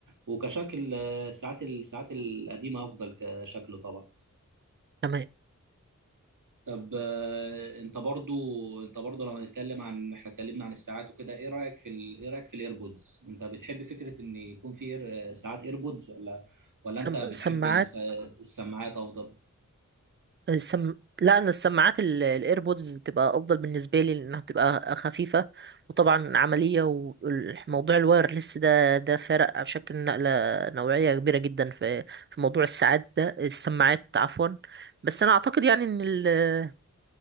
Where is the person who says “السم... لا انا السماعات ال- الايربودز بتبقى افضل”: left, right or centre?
Right